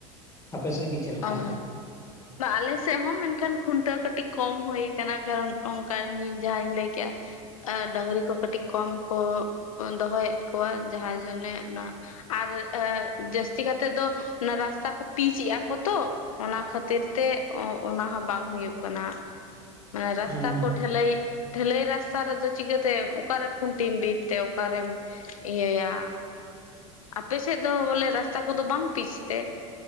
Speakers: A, on the left (about 15°); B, on the left (about 80°).
A: ᱟᱯᱮ ᱥᱮᱫ ᱜᱮ ᱪᱮᱫ ᱞᱮᱠᱟ
B: ᱚᱸᱻ ᱵᱟ ᱟᱞᱮ ᱥᱮᱫ ᱦᱚᱸ ᱢᱮᱱᱠᱷᱟᱱ ᱠᱷᱩᱱᱴᱟᱹᱣ ᱠᱟᱹᱴᱤᱡ ᱠᱚᱢ ᱦᱩᱭ ᱠᱟᱱᱟ ᱠᱟᱨᱚᱱ ᱱᱚᱝᱠᱟ ᱤᱧ ᱡᱟᱦᱟᱧ ᱞᱟᱹᱭ ᱠᱮᱜ-ᱟ ᱰᱟᱹᱝᱨᱤ ᱠᱚ ᱠᱟᱹᱴᱤᱡ ᱠᱚᱢ ᱠᱚ ᱫᱚᱦᱚᱭᱮᱫ ᱠᱚᱣᱟ ᱡᱟᱦᱟᱸ ᱡᱚᱱᱱᱮ ᱚᱱᱟ ᱟᱨ ᱡᱟᱹᱥᱛᱤ ᱠᱟᱛᱮ ᱫᱚ ᱚᱱᱟ ᱨᱟᱥᱛᱟ ᱠᱚ ᱯᱤᱪ ᱮᱜ-ᱟ ᱠᱚ ᱛᱚ ᱚᱱᱟ ᱠᱷᱟᱹᱛᱤᱨ ᱛᱮ ᱚᱱᱟ ᱦᱚᱸ ᱵᱟᱝ ᱦᱩᱭᱩᱜ ᱠᱟᱱᱟ ᱢᱟᱱᱮ ᱨᱟᱥᱛᱟ
A: ᱦᱮᱸ
B: ᱠᱚ ᱰᱷᱟᱹᱞᱟᱹᱭ ᱰᱷᱟᱹᱞᱟᱹᱭ ᱨᱟᱥᱛᱟ ᱨᱮᱫᱚ ᱪᱤᱠᱟᱹᱛᱮ ᱚᱠᱟᱨᱮ ᱠᱷᱩᱱᱴᱤᱢ ᱵᱤᱫ ᱛᱮ ᱚᱠᱟᱨᱮᱢ ᱮᱭᱟᱹ ᱟᱯᱮᱥᱮᱫ ᱫᱚ ᱵᱚᱞᱮ ᱨᱟᱥᱛᱟ ᱠᱚᱫᱚ ᱵᱟᱝ ᱯᱤᱪ ᱛᱮ